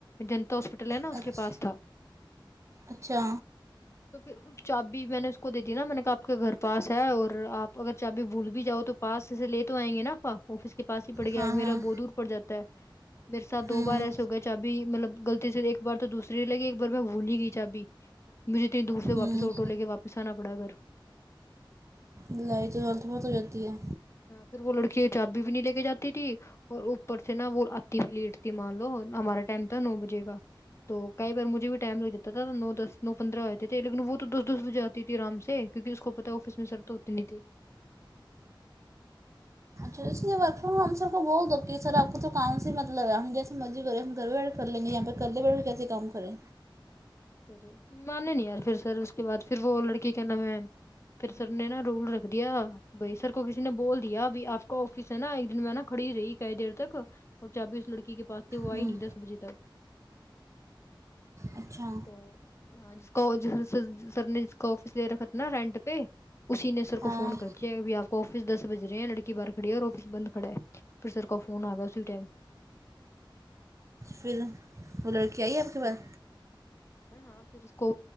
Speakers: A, on the left; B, on the right.
A: جنتا ہاسپٹل ہے نا
B: اچھا
A: اس کے پاس تھا
B: اچھا
A: تو پھر چابی میں نےاس کو دے دی نا میں نے کہ آپ کے گھر پاس ہے اور آپ اگر چابی بھول بھی جاؤ تو پاس سے لے تو آئیں گے نا پا آفس کے پاس ہی پڑ گیا
B: ہاں ہاں
A: میرا بہت دور پڑ جاتا ہے میرے ساتھ
B: ہوں
A: دو بار ایسے ہو گئے چابی مطلب غلطی سے ایک بار تو دوسری ہی لیگیی ایک بار میں بھول ہی گئی چابی مجھے اتنی دور سے
B: ہوں
A: واپس آٹو لے کے واپس آنا پڑا گھر
B: لڑائی تو لط بہت ہو جاتی ہے
A: ہاں پھر وہ لڑکی چابی بھی نہیں لے کے جاتی تھی اور اوپر سے نا وہ آتی بھی لیٹ تھی مان لو ہمارا ٹائم تھا نو بجے کا تو کئی بار مجھے بھی ٹائم لگ جاتا تھا نو دس نو پندرہ ہوتے تھے لیکن وہ تو دس دس بجے آتی تھی آرام سے کیونکہ اس کو پتا آفس میں سر تو ہوتے نہیں تھے
B: تو اس نے ورک فرام ہوم سب کو بول دو کہ سر آپ کو تو کام سے مطلب ہے ہم جیس ے مرضی کریں ہم گھر بھی بیٹھ کر لیں گے یہاں پہ کرلے بیٹھے کیسے کام کریں
A: پھر مانے نہیں یار پھر سر اس کے بعد پھر وہ لڑکی کا نام ہے پھر سر نے نا رول رکھ دیا بھائی سر کو کسی نے بول دیا بھی آپ کا آفس ہے نا ایک دن میں نا کھڑی رہی کئی دیر تک اور چابی اس لڑکی کے پاس تھی وہ
B: ہوں
A: آئی نہیں دس بجے تک
B: اچھا
A: تو ہاں جس کو جس س کا سر نے جس کا آفس لے رکھا تھا نا رینٹ پہ اسی نے سر
B: ہاں
A: کو فون کرتا کے ابھی آپ کا آفس دس بج رہے ہیں لڑکی باہر کھڑی ہیں اور آفس بند پڑھا ہے پھر سر کا فون آ گیا اسی ٹائم
B: پھر وہ لڑکی آئی آپ کے پاس
A: پھر ہاں پھر اس کو